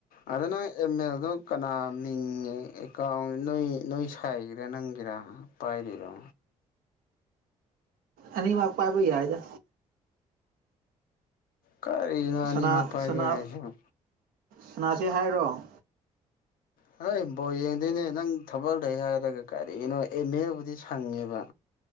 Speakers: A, on the left (about 80°); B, on the right (about 85°).
A: ꯑꯗꯣ ꯅꯪ ꯑꯦꯝꯃꯦꯜꯗꯣ ꯀꯅꯥ ꯃꯤꯡ ꯑꯦꯀꯥꯎꯟ ꯅꯣꯏ ꯅꯣꯏ ꯁꯥꯏꯒꯤꯔꯥ ꯅꯪꯒꯤꯔꯥ ꯄꯥꯏꯔꯤꯔꯣ
B: ꯑꯅꯤꯃꯛ ꯄꯥꯏꯕ ꯌꯥꯏꯗ
A: ꯀꯔꯤꯅꯣ ꯑꯅꯤ
B: ꯁꯅꯥ
A: ꯃꯛ ꯄꯥꯏꯕꯩ
B: ꯁꯅꯥ
A: ꯍꯥꯏꯁꯤꯕꯣ
B: ꯁꯅꯥꯁꯤ ꯍꯥꯏꯔꯣ
A: ꯍꯏ ꯕꯣ ꯌꯦꯡꯗꯣꯏꯅꯦ ꯅꯪ ꯊꯕꯛ ꯂꯩ ꯍꯥꯏꯔꯒ ꯀꯔꯤꯒꯤꯅꯣ ꯑꯦꯝꯑꯦꯜꯕꯨꯗꯤ ꯁꯪꯉꯦꯕ